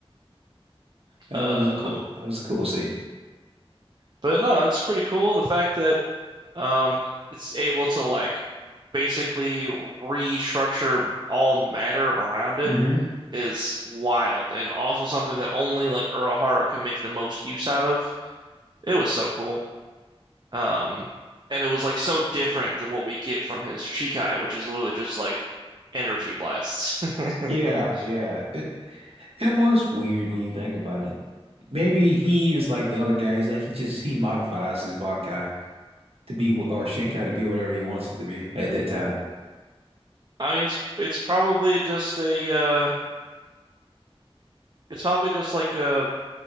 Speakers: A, on the right; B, on the right.
A: That
B: Uh,
A: was a cool. That was a cool scene.
B: but no, it's pretty cool the fact that um, it's able to like basically restructure all matter around it
A: hmm
B: is wild, and also something that only like Urahara can make the most use out of. It was so cool. Um, and it was like so different than what we get from his Shikai, which is literally just like energy blasts. <laughs>
A: Yeah, yeah. It, it was weird when you think about it. Maybe he is like the other guy. He's like he just he modifies his Bankai to be wh- or Shinkai to be whatever he wants it to be at that time.
B: I mean, it's it's probably just a uh, it's probably just like a